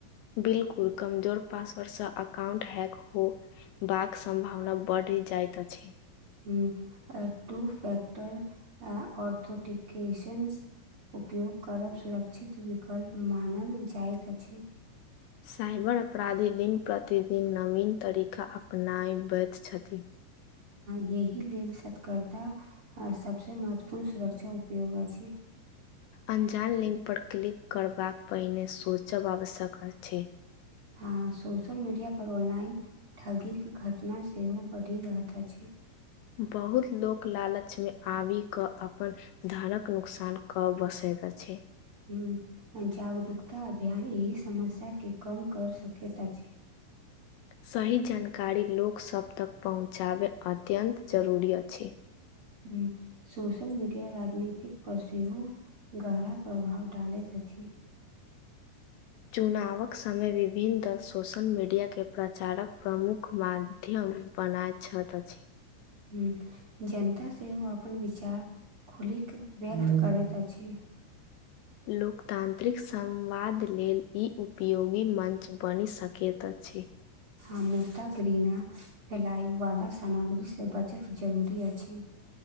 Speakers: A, on the left; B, on the right.
A: बिलकुल कमजोर पासवर्डसँ अकाउंट हैक हो बाक सम्भावना बढ़ि जाइत अछि।
B: हूं, आ टू फैक्टर अ ऑर्थोटिक केशंस उपयोग करब सुरक्षित विकल्प मानल जाइत अछि।
A: साइबर अपराधी दिन-प्रतिदिन नवीन तरीका अपनाबैत छथिन।
B: यही लेल सतकरर्ता आ सबसे महत्वपूर्ण सुरक्षा उपयोग अछि।
A: अंजान लिंक पड़ क्लिक कड़बाक पहिने सोचब आवश्यक छै।
B: हँ, सोशल मीडिया पर ऑनलाइन ठगीक के घटना सेहो बढ़ि रहैत अछि।
A: बहुत लोक लालच मे आबि कऽ अपन धानक नुकसान कऽ बैसैत अछि।
B: हूँ, अ जागरूकता अभियान एहि समस्या के कम कर सकैत अछि।
A: सही जानकारी लोकसभ तक पहुँचाबै अत्यन्त जरूरी अछि।
B: हँ सोशल मीडिया राजनीतिक परसव गहरा प्रभाव डालैत अछि।
A: चुनावक समय विभिन्न दल सोशल मीडियाके प्रचारक प्रमुख मा्य मध्यम बनायत छथ अछि।
B: ह जनता सेहो अपन विचार खुलिक व्यक्त करैत अछि।
A: लोकतानत्रिक समवाद लेल ई उपयोग मञ्च बनि सकैत अछि।
B: आ मुदा ग्रिना हेलायवला सामग्रीसँ बचत जरूरी अछि।